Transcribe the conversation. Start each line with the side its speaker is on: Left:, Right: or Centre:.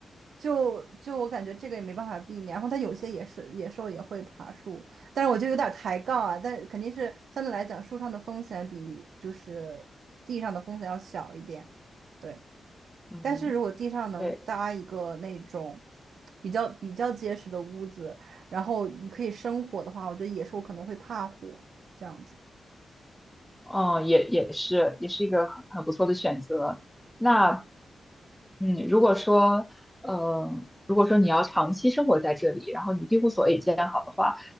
Right: 就就我感觉这个也没办法避免。然后它有些也是野兽也会爬树，但是我就有点抬杠啊，但肯定是相对来讲树上的风险比就是地上的风险要小一点，对。
Centre: 嗯，
Right: 但是如果地上能搭一个那种
Centre: <laughs> 对，
Right: 比较比较结实的屋子，然后你可以生火的话，我觉得野兽可能会怕火。这样子。
Centre: 嗯，也也是也是一个很很不错的选择。那嗯，如果说呃，如果说你要长期生活在这里，然后你庇护所也建好的话，